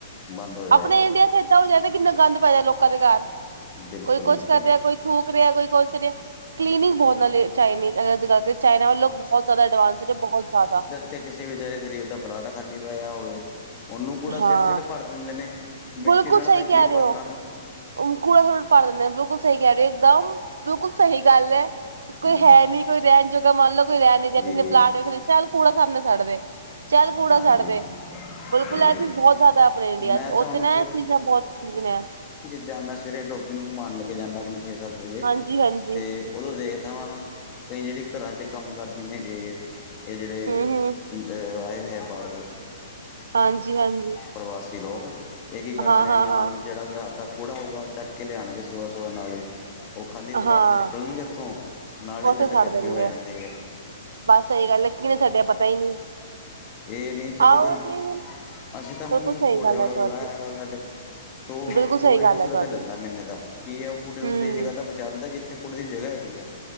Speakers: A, on the left; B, on the right.
A: ਬੰਦ ਹੋ ਜਾਏਗਾ
B: ਆਪਣੇ ਇੰਡੀਆ- ਏਦਾਂ ਹੋ ਜਾਦਾ ਕਿੰਨਾ ਗੰਦ ਪੈ ਜਾ ਲੋਕਾਂ ਦੇ ਘਰ।
A: ਬਿਲਕੁਲ
B: ਕੋਈ ਕੁਛ
A: ਬਿਲਕੁਲ
B: ਕਰ ਰਿਹਾ ਕੋਈ- ਥੂਕ ਰਿਹਾ ਕੋਈ ਕੁਛ ਰਿਹਾ। ਕਲੀਨਿੰਗ ਬਹੁਤ ਨਾਲੇ ਚਾਇ ਚਾਈਨੀਜ਼ ਜਗ੍ਹਾ ਤੇ। ਚਾਈਨਾ ਵਾਲੇ ਲੋਕ ਬਹੁਤ ਜ਼ਿਆਦਾ ਐਡਵਾੰਸ ਨੇ, ਬਹੁਤ ਜ਼ਿਆਦਾ।
A: ਜਿੱਥੇ ਕਿਸੇ ਵਿਚਾਰੇ ਗਰੀਬ ਦਾ ਪਲਾਟ ਖਾਲੀ ਪੈਆ ਹੋਵੇ, ਉਹਨੂੰ ਕੂੜਾ
B: ਹਾਂ
A: ਸਿੱਟ-ਸਿੱਟ ਭਰ ਦਿੰਦੇ ਨੇ। ਮਿੱਟੀ
B: ਬਿਲਕੁਲ
A: ਨਾਲ
B: ਸਹੀ
A: ਤਾਂ
B: ਕਹਿ
A: ਕੀ
B: ਰਹੇ
A: ਭਰਨਾ
B: ਹੋ
A: ਉਹਨੂੰ।
B: ਕੂੜਾ ਸੁੱਟਕੇ ਭਰ ਦਿੰਦੇ ਨੇ, ਬਿਲਕੁਲ ਸਹੀ ਕਹਿ ਰਹੇ ਇਕਦਮ, ਬਿਲਕੁਲ ਸਹੀ ਗੱਲ ਐ। ਕੋਈ
A: ਹੂੰ
B: ਹੈ ਨਹੀਂ ਕੋਈ ਰਹਿਣ ਜੋਗਾ ਮੰਨ ਲਓ, ਕੋਈ ਰਹਿਣ ਨੀ ਰਿਹਾ, ਕਿਸੇ
A: ਜੀ
B: ਪਲਾਂਟ ਵੇਖਨਾ ਚੱਲ ਕੂੜਾ ਸਾਹਮਣੇ ਸੱਟਦੇ। ਚੱਲ, ਕੂੜਾ
A: ਹਾਂਜੀ
B: ਸਟਦੇ। ਬਿਲਕੁਲ,
A: ਤੇ
B: ਐ ਚੀਜ਼ ਬਹੁਤ ਜ਼ਿਆਦਾ ਆਪਣੇ ਇੰਡੀਆ'ਚ,
A: ਮੈਂ ਤਾਂ
B: ਉੱਥੇ
A: ਹੁਣ
B: ਨਾ ਇਹ ਚੀਜ਼ਾਂ ਬਹੁਤ ਕਲੀਨ ਹੈ।
A: ਜਾ ਮੈਂ ਸਵੇਰੇ ਡੋਗੀ ਨੂੰ ਘੁੰਮਾਉਣ ਲੇਕੇ ਜਾਂਦਾ, ਆਪਣੇ ਛੇ-ਸੱਤ ਵਜੇ,
B: ਹਾਂਜੀ ਹਾਂਜੀ
A: ਤੇ ਉਦੋਂ ਦੇਖਦਾ ਵਾਂ ਕਈ ਜਿਹੜੇ ਘਰਾਂ 'ਚ ਕੰਮ ਕਰਦੇ ਨੇਗੇ, ਏ ਜਿਹੜੇ
B: ਹੂੰ ਹੂੰ
A: ਐ, ਆਏ ਹੋਏ ਆ, ਬਾਹਰੋ।
B: ਹਾਂਜੀ ਹਾਂਜੀ
A: ਪ੍ਰਵਾਸੀ ਲੋਕ, ਇਹ ਕੀ ਕਰਦੇ
B: ਹਾਂ
A: ਨੇ
B: ਹਾਂ
A: ਨਾਲ
B: ਹਾਂ
A: ਜਿਹੜਾ ਰਾਤ ਦਾ ਕੂੜਾ ਹੋਊਗਾ, ਉਹ ਚੱਕਕੇ ਲਿਆਣਗੇ ਸੁਭਾ-ਸੁਭਾ ਨਾਲ ਈ। ਉਹ ਖਾਲੀ ਪਲਾਟ'ਚੋਂ
B: ਹਾਂ
A: ਨਿਕਲਣਗੇ ਇੱਥੋਂ, ਨਾਲ ਈ
B: ਉੱਥੇ
A: ਸਿੱਟਕੇ
B: ਸੱਟ
A: ਅੱਗੇ
B: ਦੇਣਗੇ
A: ਹੋ ਜਾਂਦੇ ਆ।
B: ਬਸ ਸਹੀ ਗੱਲ ਏ, ਕੀਨੇ ਸਟਿਆ ਪਤਾ ਈ ਨਹੀਂ।
A: ਇਹ ਨਹੀਂ ਚਲੋ-ਚੱਲ,
B: ਆਹੋ ਤੇ
A: ਅਸੀਂ ਤਾ ਹੁਣ,
B: ਬਿਲਕੁਲ ਸਹੀ
A: ਕੁਡੇ
B: ਗੱਲ
A: ਵਾਲਾ
B: ਤੁਹਾਡੀ
A: ਲਗਾਇਆ ਹੈ ਵਾ ਸਾਡੇ। ਸੌ-ਸੌ,
B: ਬਿਲਕੁਲ ਸਹੀ
A: ਡੇਢ-ਸੌ
B: ਗੱਲ ਹੈ ਤੁਹਾਡੀ
A: ਰੁਪਇਆ ਲੈਂਦਾ ਮਹੀਨੇ ਦਾ, ਕੀ ਹੈ ਉਹ ਕੁਡੇ ਨੂੰ
B: ਹਮ
A: ਸਹੀ ਜਗ੍ਹਾ ਤੇ ਪਹੁੰਚਾ ਜਾਂਦਾ, ਜਿੱਥੇ ਕੁੜੀ ਦੀ ਜਗ੍ਹਾ ਹੈਗੀ ਏ,